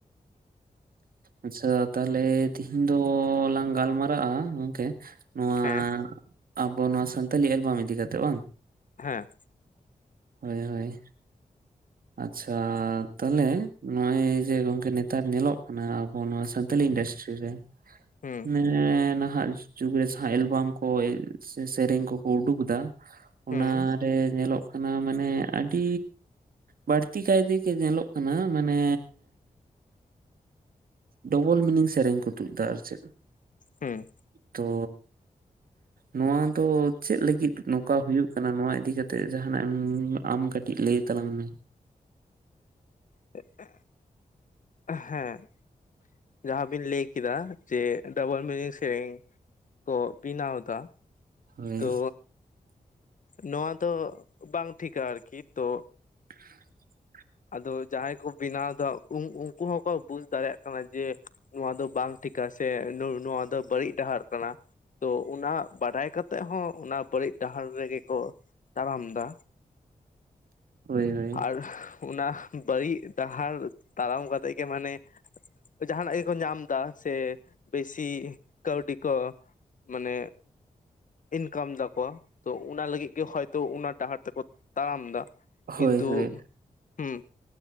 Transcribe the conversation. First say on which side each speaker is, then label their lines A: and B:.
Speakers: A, on the right; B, on the left.
A: ᱟᱪᱪᱷᱟ ᱛᱟᱦᱚᱸᱞᱮ ᱛᱤᱦᱤᱧ ᱫᱚᱞᱟᱝ ᱜᱟᱞᱢᱟᱨᱟᱜ-ᱟ ᱜᱚᱝᱠᱮ᱾ ᱱᱚᱣᱟ
B: ᱦᱮᱸ
A: ᱟᱵᱚ ᱱᱚᱣᱟ ᱥᱟᱱᱛᱟᱞᱤ ᱮᱞᱵᱟᱢ ᱤᱫᱤ ᱠᱟᱛᱮᱜ ᱵᱟᱝ᱾
B: ᱦᱮᱸ
A: ᱦᱳᱭ ᱦᱳᱭ, ᱟᱪᱪᱷᱟ ᱛᱟᱦᱚᱸᱞᱮ ᱱᱚᱜᱼᱚᱭ ᱡᱮ ᱜᱚᱝᱠᱮ ᱱᱮᱛᱟᱨ ᱧᱮᱞᱚᱜ᱾ ᱚᱱᱟ ᱟᱵᱚ ᱱᱚᱣᱟ ᱥᱟᱱᱛᱟᱞᱤ ᱤᱱᱰᱟᱥᱴᱨᱤ ᱨᱮ
B: ᱦᱩᱸ
A: ᱚᱱᱮ ᱱᱟᱦᱟᱸᱜ ᱡᱩᱜᱽ ᱨᱮ ᱥᱟᱦᱟ ᱮᱞᱵᱟᱢ ᱠᱚ ᱥᱮ ᱥᱮᱨᱮᱧ ᱠᱚᱠᱚ ᱩᱰᱩᱠ ᱮᱫᱟ ᱚᱱᱟ
B: ᱦᱩᱸ
A: ᱨᱮ ᱧᱮᱞᱚᱜ ᱦᱟᱱᱟ ᱢᱟᱱᱮ ᱟᱹᱰᱤ ᱵᱟᱹᱲᱛᱤ ᱠᱟᱭᱛᱮᱜᱮ ᱧᱮᱞᱚᱜ ᱠᱟᱱᱟ ᱢᱟᱱᱮ ᱰᱚᱵᱚᱞ ᱢᱤᱱᱤᱝ ᱥᱮᱨᱮᱧ ᱠᱚ ᱛᱩᱫ ᱫᱟ ᱟᱨ ᱪᱮᱫ
B: ᱦᱩᱸ
A: ᱛᱚ ᱱᱚᱣᱟ ᱫᱚ ᱪᱮᱫ ᱞᱟᱹᱜᱤᱫ ᱱᱚᱝᱠᱟ ᱦᱩᱭᱩᱜ ᱠᱟᱱᱟ ᱱᱚᱣᱟ ᱤᱫᱤ ᱠᱟᱛᱮ ᱡᱟᱦᱱᱟᱜ ᱟᱢ ᱠᱟᱹᱴᱤᱡ ᱞᱟᱹᱭ ᱛᱟᱞᱟᱝ ᱢᱮ᱾
B: <inaudible> ᱦᱮᱸ, ᱡᱟᱦᱟᱸ ᱵᱤᱱ ᱞᱟᱹᱭ ᱠᱮᱫᱟ ᱡᱮ ᱰᱚᱵᱚᱞ ᱢᱤᱱᱤᱝ ᱥᱮᱨᱮᱧ ᱠᱚ, ᱵᱮᱱᱟᱣ ᱫᱟ᱾
A: ᱦᱳᱭ
B: ᱛᱚ ᱱᱚᱣᱟ ᱫᱚ ᱵᱟᱝ ᱴᱷᱤᱠᱟ ᱟᱨᱠᱤ ᱛᱚ
A: ᱦ <unintelligible>
B: ᱟᱫᱚ ᱡᱟᱦᱟᱸᱭ ᱠᱚ ᱵᱮᱱᱟᱣ ᱫᱟ ᱩᱱ ᱩᱱᱠᱩ ᱦᱚᱸᱠᱚ ᱵᱩᱡᱽ ᱫᱟᱲᱮᱭᱟᱜ ᱠᱟᱱᱟ ᱡᱮ ᱱᱚᱣᱟ ᱫᱚ ᱵᱟᱝ ᱴᱷᱤᱠᱟ ᱥᱮ ᱱᱳ ᱱᱚᱣᱟ ᱫᱚ ᱵᱟᱹᱲᱤᱡ ᱰᱟᱦᱟᱨ ᱠᱟᱱᱟ᱾ ᱛᱚ ᱚᱱᱟ ᱵᱟᱰᱟᱭ ᱠᱟᱛᱮᱜ ᱦᱚᱸ ᱚᱱᱟ ᱵᱟᱹᱲᱤᱡ ᱰᱟᱦᱟᱨ ᱨᱮ ᱜᱮ᱾ ᱠᱚ ᱛᱟᱲᱟᱢ ᱫᱟ
A: ᱦᱳᱭ ᱦᱳᱭ
B: ᱟᱨ ᱚᱱᱟ ᱵᱟᱹᱲᱤᱡᱽ ᱰᱟᱦᱟᱨ ᱛᱟᱲᱟᱢ ᱠᱟᱛᱮᱜ ᱜᱮ ᱢᱟᱱᱮ᱾ ᱡᱟᱦᱟᱱᱟᱜ ᱜᱮᱠᱚ ᱧᱟᱢ ᱫᱟ, ᱥᱮ ᱵᱮᱥᱤ ᱠᱟᱹᱣᱰᱤ ᱠᱚ᱾ ᱢᱟᱱᱮ ᱤᱱᱠᱟᱢ ᱫᱟ ᱠᱚ᱾ ᱚᱱᱟ ᱞᱟᱹᱜᱤᱫ ᱜᱮ ᱦᱚᱭᱛᱳ ᱚᱱᱟ ᱰᱟᱦᱟᱨ ᱛᱮᱠᱚ ᱛᱟᱲᱟᱢ ᱫᱟ ᱠᱤᱱᱛᱩ᱾
A: ᱦᱳᱭ ᱦᱳᱭ
B: ᱦᱮᱸ